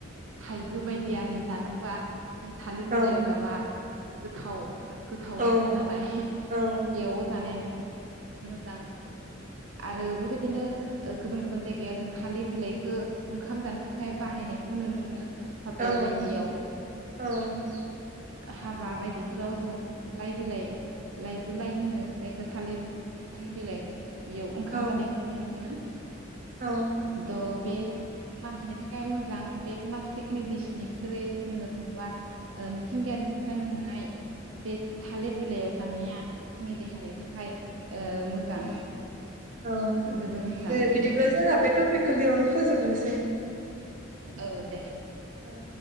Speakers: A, on the right (about 75°); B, on the right (about 40°).
A: थाइजौ बायदि आरो जानोबा जों थालिर बिलाइयाव
B: औ
A: जाबा गोथाव गोथाव
B: औ
A: मोनो नालाय
B: औ
A: बेयाव जानायानो मोजां आरो बेबायदिनो गुबुन गुबुन जायगायाव जों थालिर बिलाइखौ ओंखाम जानो थाखाय बाहायनायखौबो नुनो मोनो। हटेल
B: औ
A: बायदियाव
B: औ
A: हाबा बायदिफोराव जों लाइ बिलाइ लाइजु लाइ होनो जायखौ थालिर बिफां बिलाइ बेयाव ओंखाम
B: औ
A: जानायखौबो नुनो मोनो।
B: औ
A: <inaudible> दा बे मानसिनि थाखाय मोजां बे प्लास्टिकनि डिसनिख्रुइ बुंनो थाङोबा मिथिंगायारिनिफ्राय मोननाय बे थालिर बिलाइयाव जानाया जोंनि देहानि थाखाय मोजां।
B: ओं
A: जोबोर मोजां
B: दे बिदिब्ला जोंहा बे टपिकखौ बेयावनो फोजोबनोसै
A: औ दे
B: औ